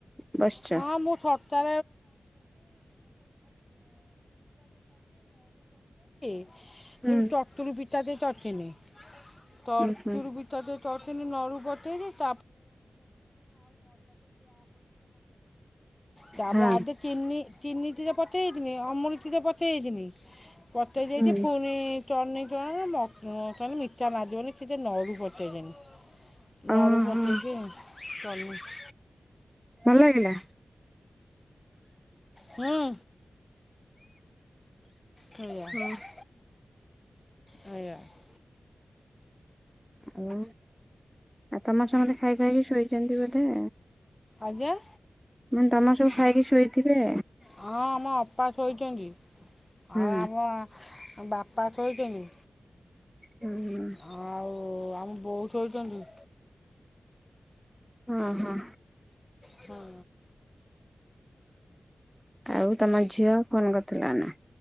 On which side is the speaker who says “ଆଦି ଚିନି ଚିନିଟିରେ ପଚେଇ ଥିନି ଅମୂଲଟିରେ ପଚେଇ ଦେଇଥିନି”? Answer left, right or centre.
Left